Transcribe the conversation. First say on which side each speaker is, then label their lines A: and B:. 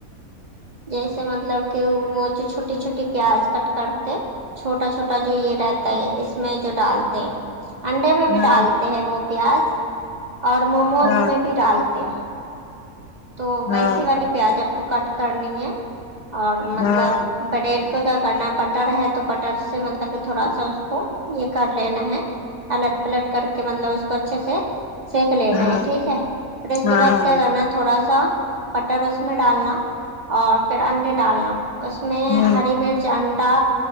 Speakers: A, on the right; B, on the left.
A: جیسے مطلب کہ وہ جو چھوٹی چھوٹی پیاز کٹ کرتے چھوٹا چھوٹا جو یہ رہتا ہے اس میں جو ڈالتے ہیں انڈے میں بھی
B: ہاں
A: ڈالتے ہیں وہ پیاز اور موموز
B: ہاں
A: میں بھی ڈالتے ہیں تو
B: ہاں
A: ویسی والی پیاز آپ کو کٹ کرنی ہے اور مطلب
B: ہاں
A: بریڈ تو کیا کرنا ہے بٹر ہے تو بٹر سے مطلب تھوڑا سا اس کو یہ کر لینا ہے الٹ پلٹ کر کے مطلب اس کو اچھے سے سیکھ لینا
B: ہاں
A: ہے ٹھیک ہے پھر اس
B: ہاں
A: کے بعد
B: ہاں
A: کیا کرنا تھوڑا سا بٹر اس میں ڈالنا اور پھر انڈے ڈالنا اس میں
B: ہوں
A: ہری مرچ انڈا